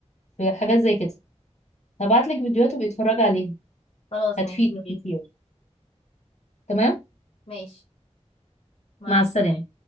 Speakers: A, on the left (about 80°); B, on the left (about 65°).
A: في حاجات زي كده هبعت لك فيديوهات وبيتفرج عليها
B: خلاص
A: هتفيدك
B: ماشي يا
A: كتير
B: ريت
A: تمام
B: ماشي مع
A: مع
B: السلامة
A: السلامة